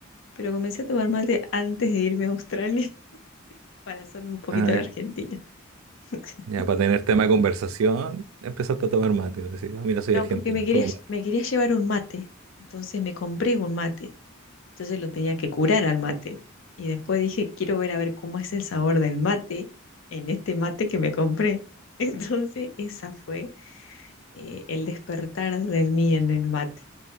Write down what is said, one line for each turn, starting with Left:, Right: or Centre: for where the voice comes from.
Left: pero comencé a tomar mate antes de irme a Australia <laughs> para hacerme un poquito
Right: Ah,
Left: de la Argentina. <laughs>
Right: ya, para tener tema de conversación, empezaste a tomar mate. Decís, "Ah, mira, soy
Left: No,
Right: argentina,
Left: porque me quería,
Right: tomo mate.
Left: me quería llevar un mate, entonces me compré un mate Entonces lo tenía que curar al mate. Y después dije, quiero ver a ver cómo es el sabor del mate en este mate que me compré. <laughs> Entonces esa fue eh, el despertar del mí en el mate.